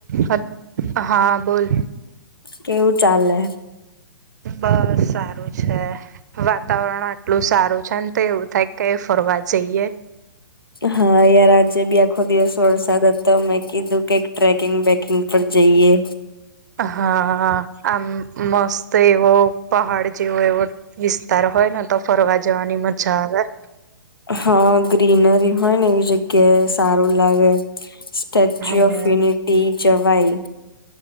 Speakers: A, on the right; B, on the left.
A: Hello હા બોલો.
B: કેવું ચાલે.
A: બસ સારું છે. વાતાવરણ આટલું સારું છે. ને તો એવું થાય કયા ફરવા જઈએ.
B: હા યાર આજે બી આખો દિવસ વરસાદ હતો. મેં કીધું કઈક ટ્રેક ટ્રેકિંગ પર જઈએ.
A: હા હા આમ મસ્ત એવો પહાડ જેવો એવો વિ વિસ્તાર હોયને તો ફરવા જવાની મજા આવે.
B: હા ગ્રીનરી હોય ને એવી જગ્યા જગ્યે સારું લાગે સ્ટેચ્યુ
A: હમ
B: ઓફ યુનિટી જવાય.